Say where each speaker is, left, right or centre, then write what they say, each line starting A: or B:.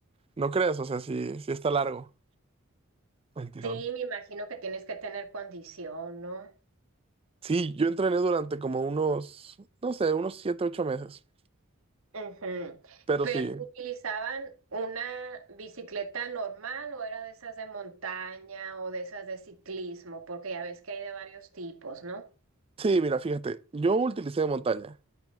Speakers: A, on the right; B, on the right.
A: no creas, o sea, sí, sí está largo el tirón.
B: Sí, me imagino que tienes que tener condición, ¿no?
A: Sí, yo entrené durante como unos, no sé, unos siete, ocho meses,
B: Ujú.
A: pero
B: Pero
A: sí,
B: ¿utilizaban una bicicleta normal o era de esas de montaña o de esas de ciclismo? Porque ya ves que hay de varios tipos, ¿no?
A: sí, mira, fíjate, yo utilicé montaña,